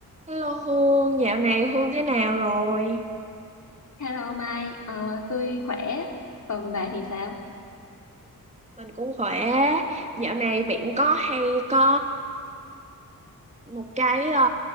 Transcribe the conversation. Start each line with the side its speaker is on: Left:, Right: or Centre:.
Right: Hello Hương, dạo này Hương thế nào rồi?
Left: Hello Mai, Ờ, tôi khỏe, còn bà thì sao?
Right: Mình cũng khỏe. Dạo này bạn có hay có một cái ờ,